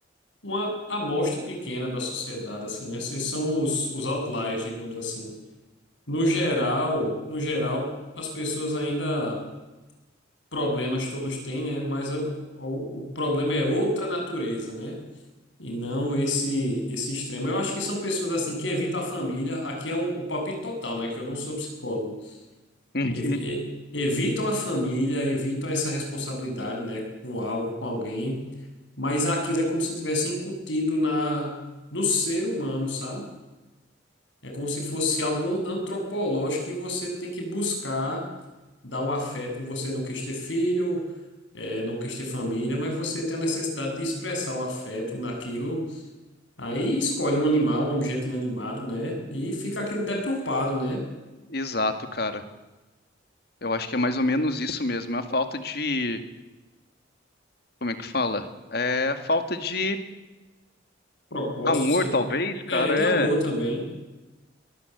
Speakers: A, on the left (about 75°); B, on the left (about 55°).
A: uma amostra pequena da sociedade, assim, né? Esses são os, os outliers, digamos assim. No geral, no geral, as pessoas ainda problemas todos têm, né? Mas o, o, o problema é outra natureza, né? E não esse esse extremo. Eu acho que são pessoas assim que evitam a família. Aqui é um, um palpite total, né? Que eu não sou psicólogo.
B: Uhum.
A: Evi- e- evitam a família, evitam essa responsabilidade, né? Com algo, com alguém. Mas aquilo é como se tivesse incutido na no ser humano, sabe? É como se fosse algo antropológico que você tem que buscar dar o afeto. Você não quis ter filho, é, não quis ter família, mas você tem a necessidade de expressar o afeto naquilo. Aí escolhe um animal, um objeto inanimado, né? E fica aquele deturpado, né?
B: Exato, cara. Eu acho que é mais ou menos isso mesmo. É a falta de. Como é que fala? É a falta de
A: Propósito,
B: amor,
A: sei
B: talvez,
A: lá.
B: cara.
A: É, é de
B: É.
A: amor também.